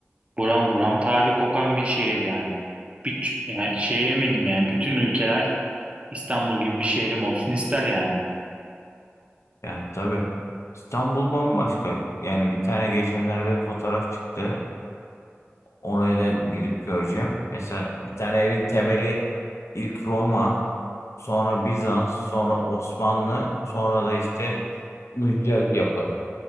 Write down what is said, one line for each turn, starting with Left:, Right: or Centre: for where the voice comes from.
Right: buram buram tarih kokan bir şehir yani. Bir, yani şeye eminim yani bütün ülkeler İstanbul gibi bir şehrim olsun ister yani.
Left: Ya tabii. İstanbul bambaşka. Yani bir tane geçenlerde bir fotoğraf çıktı. Orayı da gidip göreceğim. Mesela bir tane evin temeli ilk Roma, sonra Bizans, sonra Osmanlı, sonra da işte güncel yapı.